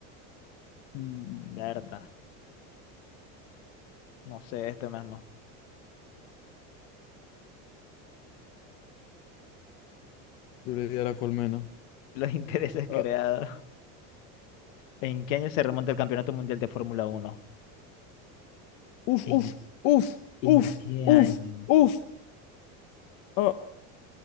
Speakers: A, on the left (about 50°); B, on the left (about 75°).
A: Mm,
B: Berta. No sé, este mismo.
A: Yo le di a la colmena.
B: <laughs> Los intereses
A: Ah,
B: creados. ¿En qué año se remonta el Campeonato Mundial de Fórmula Uno?
A: uf,
B: ¿En,
A: uf, uf, uf,
B: en qué
A: uf,
B: año
A: uf. Ah,